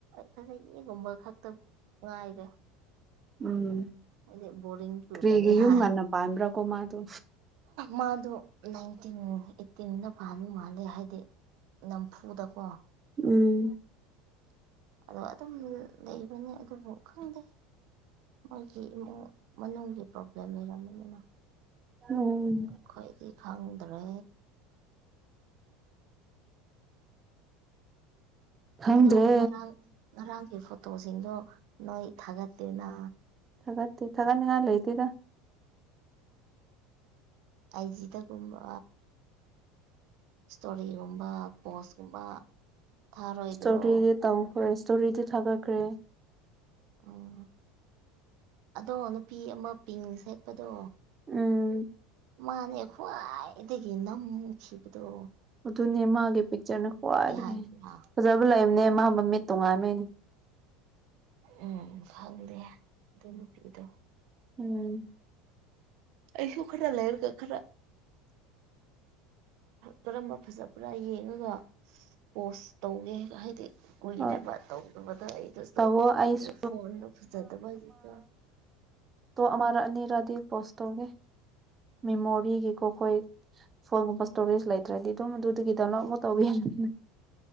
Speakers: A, on the right (about 65°); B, on the right (about 25°).
A: ꯐꯖꯅ ꯏꯒꯨꯝꯕ ꯈꯛꯇ ꯉꯥꯏꯔꯦ
B: ꯎꯝ
A: ꯍꯥꯏꯗꯤ ꯕꯣꯔꯤꯡ ꯆꯨꯗꯅꯤ
B: ꯀꯔꯤꯒꯤ ꯌꯨꯝ
A: ꯍꯥꯏ
B: ꯉꯟꯅ ꯄꯥꯟꯕꯔꯥꯀꯣ ꯃꯥꯗꯣ
A: ꯃꯥꯗꯣ ꯅꯥꯏꯟꯇꯤꯟ ꯑꯦꯠꯇꯤꯟꯗ ꯄꯥꯜꯕ ꯃꯥꯜꯂꯦ ꯍꯥꯏꯗꯤ ꯅꯝꯐꯨꯗꯀꯣ
B: ꯎꯝ
A: ꯑꯗꯣ ꯑꯗꯨꯝ ꯂꯩꯕꯅꯦ ꯑꯗꯨꯕꯨ ꯈꯪꯗꯦ ꯃꯣꯏꯒꯤ ꯏꯃꯨꯡ ꯃꯅꯨꯡꯒꯤ ꯄ꯭ꯔꯣꯕ꯭ꯂꯦꯝ ꯂꯩꯔꯝꯃꯅꯤꯅ
B: ꯎꯝ
A: ꯈꯣꯏꯗꯤ ꯈꯪꯗ꯭ꯔꯦ
B: ꯈꯪꯗ꯭ꯔꯦ
A: ꯑꯗꯣ ꯉꯔꯥꯡ ꯉꯔꯥꯡꯒꯤ ꯐꯣꯇꯣꯁꯤꯡꯗꯣ ꯅꯣꯏ ꯊꯥꯒꯠꯇꯦꯅꯥ
B: ꯊꯥꯒꯠꯇꯦ ꯊꯥꯒꯠꯅꯤꯡꯉꯥꯏ ꯂꯩꯇꯦꯗ
A: ꯑꯥꯏꯖꯤꯗꯒꯨꯝꯕ ꯏꯁꯇꯣꯔꯤꯒꯨꯝꯕ ꯄꯣꯁꯀꯨꯝꯕ ꯊꯥꯔꯣꯏꯗ꯭ꯔꯣ
B: ꯏꯁꯇꯣꯔꯤꯗꯤ ꯇꯧꯈ꯭ꯔꯦ ꯏꯁꯇꯣꯔꯤꯗꯤ ꯊꯥꯒꯠꯈ꯭ꯔꯦ
A: ꯑꯣ ꯑꯗꯣ ꯅꯨꯄꯤ ꯑꯃ ꯄꯤꯡ ꯁꯦꯠꯄꯗꯣ
B: ꯎꯝ
A: ꯃꯥꯅꯦ ꯈ꯭ꯋꯥꯏꯗꯒꯤ ꯅꯝꯃꯨꯈꯤꯕꯗꯣ
B: ꯑꯗꯨꯅꯦ ꯃꯥꯒꯤ ꯄꯤꯛꯆꯔꯅ ꯈ꯭ꯋꯥꯏꯗꯒꯤ
A: ꯍꯥꯏꯕ꯭ꯔꯥ
B: ꯐꯖꯕ ꯂꯩꯕꯅꯦ ꯃꯥꯥ ꯃꯃꯤꯠ ꯇꯣꯉꯥꯟꯕꯩꯅꯦ
A: ꯎꯝ ꯁꯪꯗꯦ ꯑꯗꯨ ꯅꯨꯄꯤꯗꯣ
B: ꯎꯝ
A: ꯑꯩꯁꯨ ꯈꯔ ꯂꯩꯔꯒ ꯈꯔ ꯀꯔꯝꯕ ꯐꯖꯕꯔꯥ ꯌꯦꯡꯉꯒ ꯄꯣꯁ ꯇꯧꯒꯦꯒ ꯍꯥꯏꯗꯤ ꯀꯣꯏꯔꯦꯕ
B: ꯍꯣꯏ
A: ꯇꯧꯗꯕꯗ ꯑꯩꯗꯁꯨ
B: ꯇꯧꯋꯣ ꯑꯩꯁꯨ
A: ꯑꯩ ꯐꯣꯟꯗꯣ ꯐꯖꯥꯗꯕꯒꯤꯀꯣ
B: ꯇꯣ ꯑꯃꯔ ꯑꯅꯤꯔꯗꯤ ꯄꯣꯁ ꯇꯧꯒꯦ ꯃꯦꯃꯣꯔꯤꯒꯤꯀꯣ
A: ꯎꯝ
B: ꯈꯣꯏ ꯐꯣꯟꯒꯨꯝꯕ ꯏꯁꯇꯣꯔꯦꯖ ꯂꯩꯇ꯭ꯔꯗꯤ ꯑꯗꯨꯝ ꯑꯗꯨꯗꯒꯤ ꯗꯃ‌ꯛ ꯃꯣꯇꯧꯕꯤ ꯌꯥꯝꯃꯅꯤ